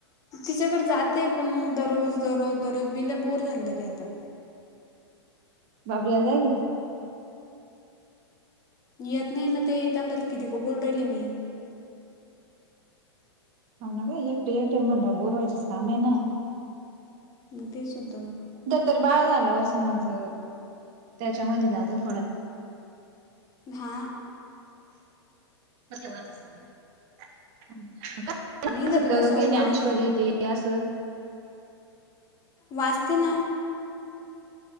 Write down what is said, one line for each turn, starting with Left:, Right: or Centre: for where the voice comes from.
Left: तिच्याकडे जातेय पण मग दररोज दररोज दररोज बिले बोर झालं की आता.
Right: बापरया जाय क.
Left: येत नाही ना ते त्यांलं किती का बोल राहिल मी.
Right: हो ना का एक एकटा म्हण बोरवायचीस काम आहे ना.
Left: मग तेच होतं.
Right: तर बाळ झाल्यावर समज त्याच्यामध्ये जातात.
Left: हा.
Right: क वाच ना <unintelligible> <inaudible>
Left: आणि इथं
Right: चत
Left: बी
Right: का
Left: कसं
Right: काही
Left: काम
Right: ज्ञानेश्वरी तेे असं
Left: वाचते ना.